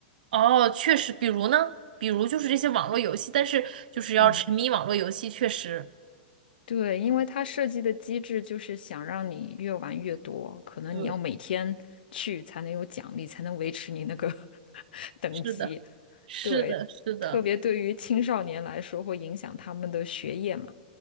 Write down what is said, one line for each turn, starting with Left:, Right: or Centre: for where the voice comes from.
Right: 哦，确实，比如呢，比如就是这些网络游戏，但是就是要沉迷网络游戏，
Left: 嗯，
Right: 确实，
Left: 对，因为它设计的机制就是想让你越玩越多，可能你要每天去才能有奖励，
Right: 对，
Left: 才能维持你那个 <laughs> 等级。
Right: 是的，是的，
Left: 对，
Right: 是的，
Left: 特别对于青少年来说，会影响他们的学业嘛。